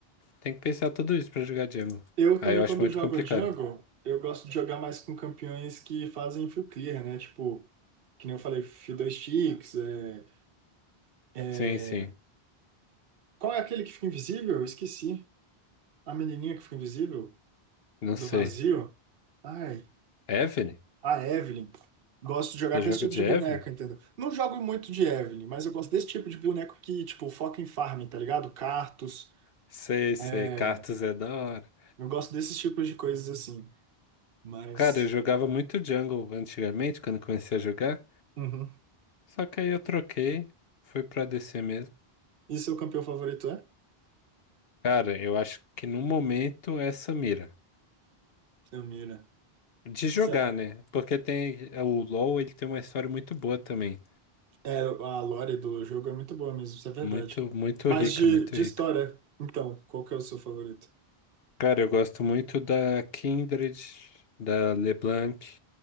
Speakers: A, on the left; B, on the right.
A: Tem que pensar tudo isso pra jogar jungle
B: Eu
A: Aí
B: também,
A: eu acho
B: quando
A: muito
B: jogo
A: complicado.
B: Django, eu gosto de jogar mais com campeões que fazem full clear, né? Tipo, que nem eu falei, Fiddlesticks, é... é-
A: Sim, sim.
B: Qual é aquele que fica invisível? Eu esqueci. A menininha que fica invisível,
A: Não
B: do
A: sei.
B: vazio. Ai,
A: Evelyn?
B: a Evelyn. Gosto de jogar
A: Já joga
B: com esse tipo
A: de
B: de boneco,
A: Evelyn?
B: entendeu? Não jogo muito de Evelyn, mas eu gosto desse tipo de boneco que, tipo, foca em farm, tá ligado? Cartos.
A: Sei, sei.
B: É...
A: Cartas é da hora.
B: Eu gosto desses tipos de coisas assim. Mas.
A: Cara, eu jogava muito Jungle antigamente, quando eu comecei a jogar.
B: Uhum.
A: Só que aí eu troquei, fui pra DC mesmo.
B: E seu campeão favorito é?
A: Cara, eu acho que no momento é Samira.
B: Samira.
A: De jogar,
B: Sa-
A: né? Porque tem o LoL, ele tem uma história muito boa também.
B: É, a lore do jogo é muito boa mesmo, isso é verdade.
A: Muito, muito
B: Mas
A: rica,
B: de,
A: muito
B: de
A: rica.
B: história, então, qual que é o seu favorito?
A: Cara, eu gosto muito da Kindred, da LeBlanc.